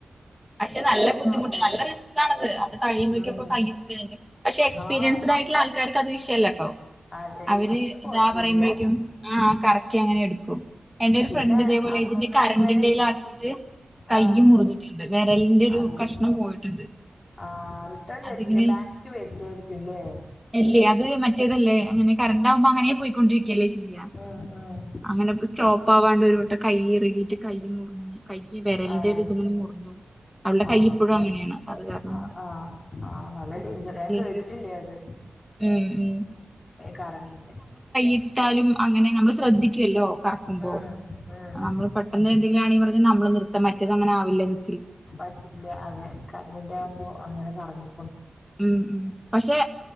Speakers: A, in the centre; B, on the left.
A: പക്ഷെ
B: ഉണ്ടായിരുന്നു
A: നല്ല ബുദ്ധിമുട്ട്
B: അമ്മേടെ
A: നല്ല റിസ്‌ക് ആണത് അത് കഴിയുമ്പോഴേക്കുക്കൊക്കെ
B: ഉം
A: കയ്യൊക്കെ വേദന പക്ഷെ എക്സ്പീരിയൻസ്ഡ
B: ആഹ്
A: ആയിട്ടുള്ള ആൾക്കാർക്ക് അത് വിഷയല്ലട്ടോ
B: അതെ
A: അവര്
B: വല്യോർക്ക് കൊഴപ്പമില്ല
A: ഇതാ പറയുമ്പോഴേക്കും ആ അങ്ങനെ എടുക്കും എന്റെ ഒരു
B: പിന്നെ
A: ഫ്രണ്ട് ഇതേപോലെ
B: അമ്മമ്മയൊക്കെ
A: ഇതിന്റെ കറണ്ടിമേൽ
B: ഇങ്ങനെ
A: ആക്കീട്ട് കൈ
B: ആഹ്
A: മുറഞ്ഞിട്ടുണ്ട് വിരലിന്റെ ഒരു
B: അതെ
A: കഷ്ണം പോയിട്ടുണ്ട്
B: ആഹ് റിട്ടേൺ
A: അതിങ്ങനെ
B: വരില്ല ബാക്കിക്ക് വരില്ലായിരിക്കും ല്ലേ
A: അല്ലേ അത് മറ്റേതല്ലേ അങ്ങനെ കറണ്ട പ അങ്ങനെയേപൊയ് ല്ലേ ചെയ്യ
B: ഉം ഉം
A: അങ്ങനെ ഇപ്പ സ്റ്റോപ്പ് ആവാണ്ട് കൈ ഇറുകിയിട്ട് കൈ മുറിഞ്ഞ് കൈ വിരലിന്റെ
B: അതെ
A: ഒരു ഇത്ങ്ങനെ മുറിഞ്ഞു. അവളുടെ
B: ആ
A: കൈഇപ്പഴും
B: അപ്പൊ
A: അങ്ങനെയാണ് അത് കാരണം
B: ആ
A: കൊണ്ട്
B: ആ ആ നല്ല
A: ശ്രദ്ധിച്ചിട്ടില്ലെങ്കിൽ
B: ഡെയിൻജർ ഞാൻ കേട്ടിട്ടില്ലേ അത്
A: ഉം ഉം
B: കറങ്ങി
A: ഇട്ടാലും അങ്ങനെ നമ്മള് ശ്രദ്ധിക്കുവല്ലോ കറക്കുമ്പോ
B: ഉം ഉം
A: നമ്മള് പെട്ടന്ന് <unintelligible> പർന് നമ്മള് നൃത്തം മറ്റത് അങ്ങനൊവില്ലന്ന്
B: പറ്റില്ല അതെ കണ്ണിന്റെ ആകുമ്പോ അങ്ങനെ കറങ്ങി
A: ഉം ഉം പക്ഷെ